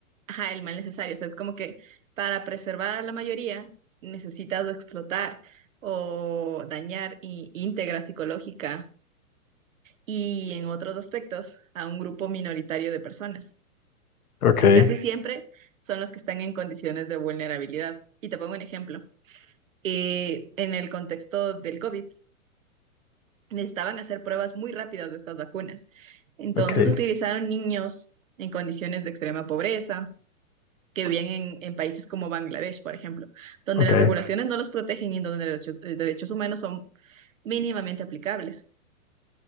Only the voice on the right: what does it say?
ajá, el mal necesario. O sea, es como que para preservar a la mayoría necesitas explotar o dañar í- íntegra psicológica y en otros aspectos a un grupo minoritario de personas.
Y casi siempre son los que están en condiciones de vulnerabilidad. Y te pongo un ejemplo. Eh, en el contexto del COVID, necesitaban hacer pruebas muy rápidas de estas vacunas. Entonces
utilizaron niños en condiciones de extrema pobreza, que vivían en, en países como Bangladesh, por ejemplo, donde
las regulaciones no los protegen y donde los derechos, eh, derechos humanos son mínimamente aplicables.